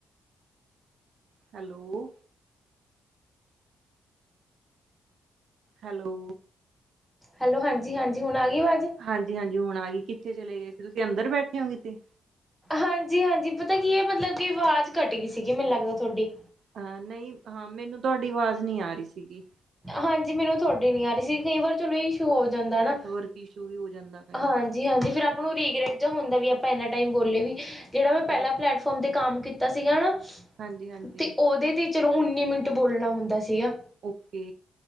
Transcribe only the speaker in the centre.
ਹੈਲੋ ਹਾਂਜੀ ਹਾਂਜੀ ਹੁਣ ਆ ਗਈ ਆਵਾਜ।
ਹਾਂਜੀ ਹਾਂਜੀ ਪਤਾ ਕੀ ਹੈ ਮਤਲਬ ਕਿ ਆਵਾਜ਼ ਘੱਟ ਗਈ ਸੀਗੀ ਮੈਨੂੰ ਲੱਗਦਾ ਤੁਹਾਡੀ।
ਹਾਂਜੀ ਮੈਨੂੰ ਤੁਹਾਡੀ ਨੀ ਆ ਰਹੀ ਸੀ ਕਈ ਵਾਰ ਚਲੋ ਇਸ਼ੂ ਹੋ ਜਾਂਦਾ ਹਨਾ
ਹਾਂਜੀ ਹਾਂਜੀ ਫਿਰ ਆਪ ਆਪ ਨੂੰ ਰੀਗ੍ਰੈਟ ਜਾਂ ਹੁੰਦਾ ਵੀ ਆਪਾਂ ਇਹਨਾ ਟਾਈਮ ਬੋਲੇ ਵੀ ਜਿਹੜਾ ਮੈਂ
ਪਹਿਲਾ ਪਲੇੈਟਫਾਰਮ ਤੇ ਕੰਮ ਕੀਤਾ ਸੀਗਾ
ਤੇ ਉਹਦੇ ਤੇ ਚਲੋ ਉੱਨੀ ਮਿੰਟ ਬੋਲਣਾ ਹੁੰਦਾ ਸੀਗਾ।